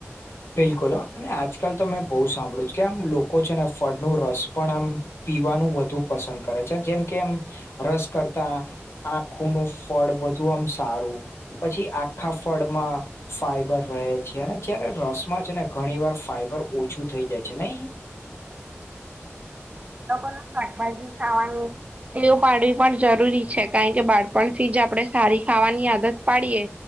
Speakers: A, on the left; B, on the right.
A: બિલકુલ, અને આજકાલ તો મેં બહુ સાંભળ્યું છે કે, આમ લોકો છે ને, ફળનું રસ પણ આમ પીવાનું વધુ પસંદ કરે છે, જેમ કે એમ રસ કરતા. આંખું નું ફળ બધું આમ સારું પછી, આખા ફળમાં ફાઈબર રહે છે, અને જયારે રસ છે ને, ઘણી વાર ફાઈબર ઓછું થઈ જાય છે ને.
B: લગો, શાકભાજી સાવાણી. એવું પાડવી પણ જરૂરી છે કારણ કે બાળપણથી જ આપણે સારી ખાવાની આદત પાડીએ